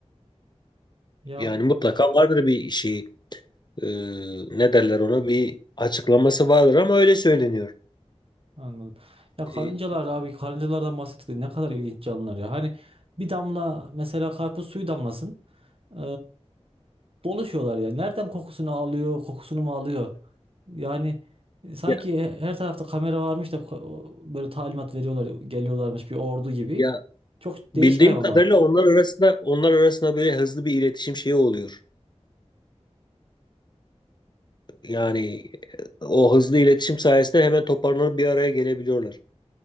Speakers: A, on the right; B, on the left.
A: Ya
B: Yani mutlaka vardır bir şey. e, ne derler ona bir açıklaması vardır ama öyle söyleniyor.
A: Anladım. Ya karıncalar
B: E,
A: abi karıncalardan bahsettik de ne kadar ilginç canlılar ya. Hani bir damla mesela karpuz suyu damlasın. Ee, dolaşıyorlar ya. Nereden kokusunu alıyor, kokusunu mu alıyor? Yani e, sanki
B: ya,
A: her tarafta kamera varmış da ko- böyle talimat veriyorlar, geliyorlarmış bir ordu gibi.
B: ya
A: Çok
B: bildiğim
A: değişik hayvanlar.
B: kadarıyla onlar arasında onlar arasında böyle hızlı bir iletişim şeyi oluyor. Yani e, o hızlı iletişim sayesinde hemen toparlanıp bir araya gelebiliyorlar.